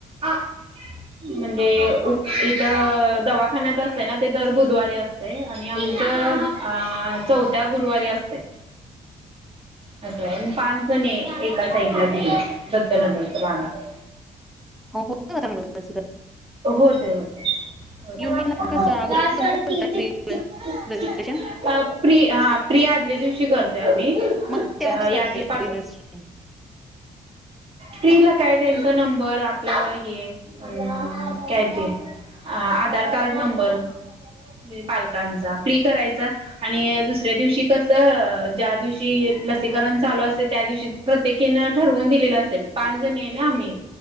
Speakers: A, on the right (about 35°); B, in the centre.
A: <inaudible> म्हणजे इथं दवाखान्यात असते ना, ते दर बुधवारी असते आणि आम इथं चौथ्या गुरुवारी असतंय. असं आहे पाच जणी आहे, एका साइडला तिकडं दत्तनगरच्या भागात.
B: हो. का चांगलं लसीकरण?
A: होते होते. <unintelligible>
B: युवीला कसं अगोदर तुम्ही करताय प्री रजिस्ट्रेशन
A: अ प्रि हा प्रि आदल्या दिवशी करतोय, आम्ही
B: मग तेव्हा कसं
A: यादी पाठ
B: <unintelligible>
A: प्रीला काय त्यांचा नंबर आपल हे. अं... काय ते आधार कार्ड नंबर. पालकांचा प्री करायचा. आणि दुसऱ्या दिवशी कसं, ज्या दिवशी लसीकरण चालू असते त्या दिवशी. प्रत्येकीन ठरवून दिलेलं असते, पाच जणी आहे ना आम्ही.